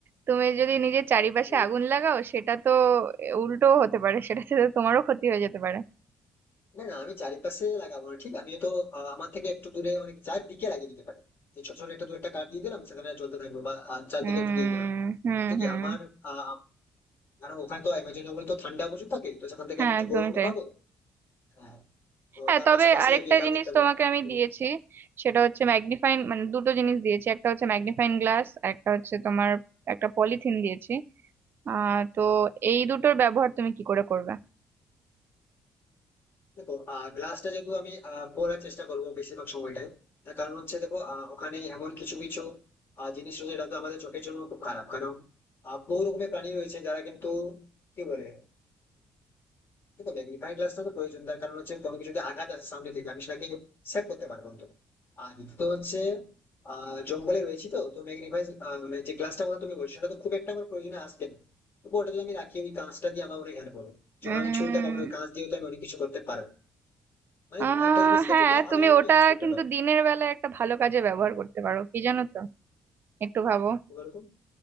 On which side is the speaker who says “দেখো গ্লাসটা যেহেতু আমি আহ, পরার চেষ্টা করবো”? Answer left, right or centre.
Left